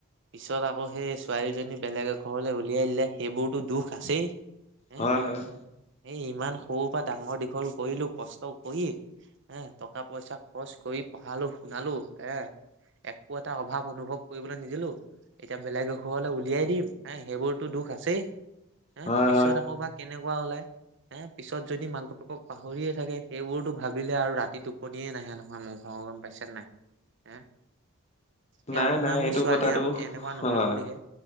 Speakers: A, on the right; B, on the left.
A: পিছত আকৌ সেই ছোৱালীজনী বেলেগ এঘৰলে উলিয়াই দিলে সেইবোৰতো দুখ আছেই হে
B: হয় হয়
A: এই ইমান সৰুৰ পৰা ডাঙৰ দীঘল কৰিলো কষ্ট কৰি হে টকা পইচা খৰচ কৰি পঢ়ালো শুনালো এ একো এটা অভাৱ অনুভৱ কৰিবলৈ নিদিলো এতিয়া বেলেগ ঘৰলৈ উলিয়াই দিম হে সেইবোৰতো দুখ আছেই হে
B: হয়
A: পিছত
B: হয়
A: আকৌ বা কেনেকুৱা ওলাই হে পিছত যদি মাক দেউতাক পাহৰিয়ে থাকে সেইবোৰতো ভাবিলে আৰু ৰাতি টোপনিয়ে নাহে নহয় মোৰ ভগৱান পাইছে নাই এ এয়া
B: নাই
A: আপোনাৰ
B: নাই
A: মোৰ
B: এইটো
A: ছোৱালী
B: কথাটো
A: এনেকুৱা নহয়
B: হয়
A: বুলিহে